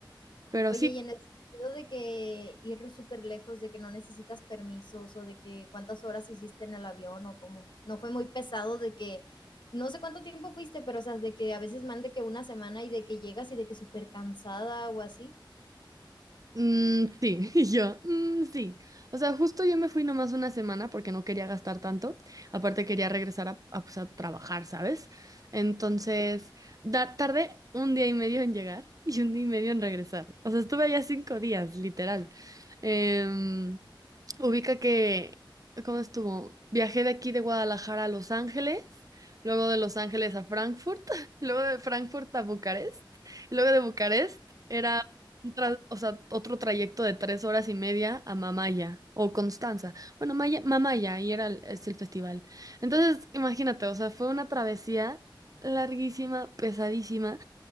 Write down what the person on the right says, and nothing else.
Pero
sí.
Mm, sí, <laughs> y yo, "Mm, sí. O sea, justo yo me fui nomás una semana porque no quería gastar tanto. Aparte quería regresar a, a, pues, a trabajar, ¿sabes? Entonces, dar, tardé un día y medio en llegar <laughs> y un día y medio en regresar. O sea, estuve allá cinco días, literal. Em, ubica que, ¿cómo estuvo? Viajé de aquí de Guadalajara a Los Ángeles, luego de Los Ángeles a Frankfurt, <laughs> luego de Frankfurt a Bucarest, y luego de Bucarest. era un tra- o sea, otro trayecto de tres horas y media a Mamaya o Constanza. Bueno, Maya, Mamaya, ahí era el, es el festival. Entonces, imagínate, o sea, fue una travesía larguísima, pesadísima,